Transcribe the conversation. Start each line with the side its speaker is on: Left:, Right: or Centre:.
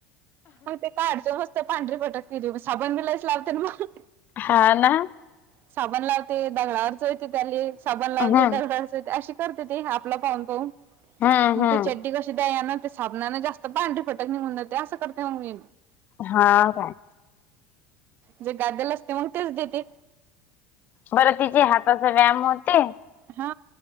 Right: पण काढते मस्त त पांढरी पटत केली साबण बी लईस लावते ना मग
Left: हा ना.
Right: साबण लावते दगडावर चोळते त्याले साबण लावते
Left: हम्म
Right: दगडावर चोळते अशी करते ते आपला पाहुन पाहुन
Left: हम्म
Right: मंग
Left: हम्म
Right: चडडी कस ती द यान ते साबणांन जास्त पांढरी फटक निघून जाते असं करते मग मी
Left: हाव काय
Right: जे गाद्याल असते मंग तेच देते.
Left: बरं तिचे हाताचा व्यायाम होते.
Right: हा